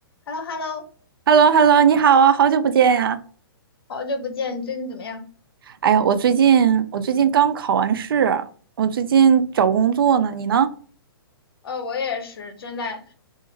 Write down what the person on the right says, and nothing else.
h e l l o h e l l o 你好啊，好久不见呀！
哎呀，我最近我最近刚考完试，我最近找工作呢，你呢？